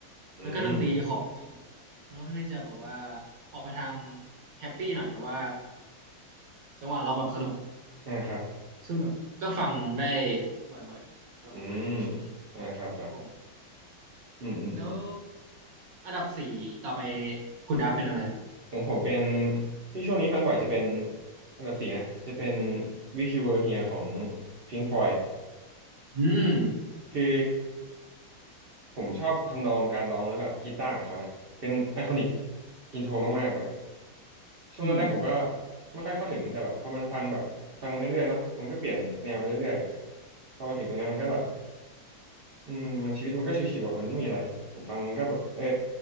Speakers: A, on the right; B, on the right.
A: อืม
B: แล้วก็ดนตรีของเพลงเนะมันก็ค่อนข้างจะแบบว่าออกไปทางแฮปปี้หน่อยแบบว่าจังหวะร้องแบบสนุก
A: อ่าครับ
B: ซึ่งแบบก็ฟังได้บ่อยๆสำหรับผมนะในช่วงนี้
A: อืมอ่าครับครับ
B: ครับผม
A: อืมอืมอืม
B: แล้วอันดับสี่ต่อไปคุณดับเป็นอะไรครับ
A: ของผมเป็นที่ช่วงนี้ฟังบ่อยจะเป็นอันดับสี่นะจะเป็น Wish You Were Here ของ Pink Floyd
B: อืม
A: คือผมชอบทำนองการร้องแล้วแบบกีตาร์ของเขานะเป็นไอคอนิกอินโทรมากๆแบบช่วงแรกๆผมก็
B: อืม
A: ไม่ค่อยเข้าถึงแต่แบบพอมันฟังแบบฟังมาเรื่อยๆเนาะมันก็เปลี่ยนแนวไปเรื่อยๆพอมาถึงตรงนี้มันก็แบบ อืมมันชีวิตมันก็ชิวๆอ่ะมันไม่มีอะไรผมฟังมันก็แบบเออ